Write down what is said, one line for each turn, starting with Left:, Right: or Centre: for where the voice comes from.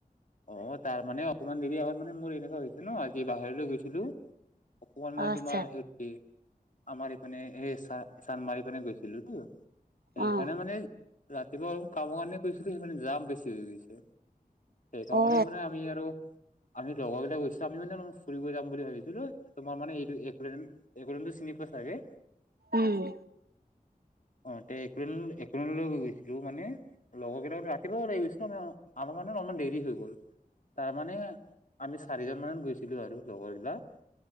Left: অ তাৰ মানে অকমান দেৰি আগত মানে মোৰ এনেকা হৈছে ন আজি বাহিৰলৈ গৈছিলো অকমান মানে
Right: অ আচ্ছা
Left: তোমাৰ হেৰি আমাৰ এইপিনে এই চা-চানমাৰি পিনে চান্মাৰিফানে গৈছিলোতো। সেইফানে
Right: অ
Left: মানে ৰাতিপুৱা অলপ কামৰ কাৰণে কৰিছিলোঁ। সেই মানে জাম বেছি হৈ গৈছে। সেইকাৰণে
Right: অ
Left: মানে আমি আৰু। আমি লগৰবিলাক গৈছিলোঁ। আমি মানে অলপ ফুৰিবলৈ যাম বুলি ভাবিছিলোঁ। তোমাৰ মানে এইটোৱে, এই কনতো চিনি পাইছাগে।
Right: উম
Left: অ', তে এপ্ৰিল এপ্ৰিল লৈ গৈছিলোঁ মানে। লগৰ কেইটাক লৈ ৰাতিপুৱা ওলাই গৈছিল। আ আমাৰ মানে অলপ দেৰি হৈ গ'ল। তাৰমানে, আমি চাৰিজন মান গৈছিলোঁ আৰু লগৰ বিলাক।